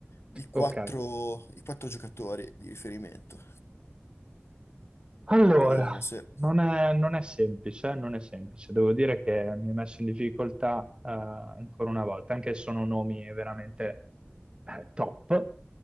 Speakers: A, on the left; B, on the right.
A: i quattro,
B: Ok.
A: i quattro giocatori di riferimento.
B: Allora,
A: Vediamo se...
B: non è, non è semplice, eh, non è semplice. Devo dire che mi ha messo in difficoltà eh, ancora una volta, anche se sono nomi veramente eh, top.